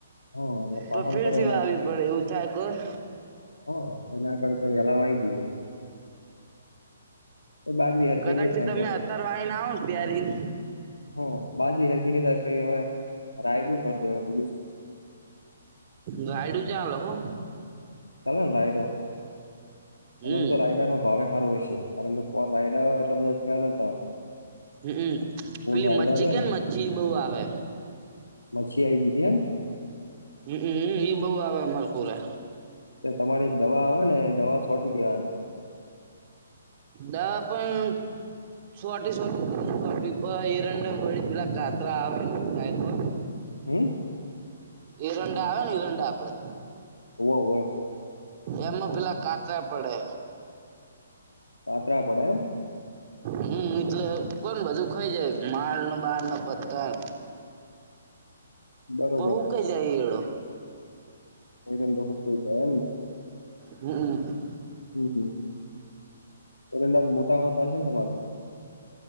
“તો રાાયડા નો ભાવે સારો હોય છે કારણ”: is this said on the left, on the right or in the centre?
Left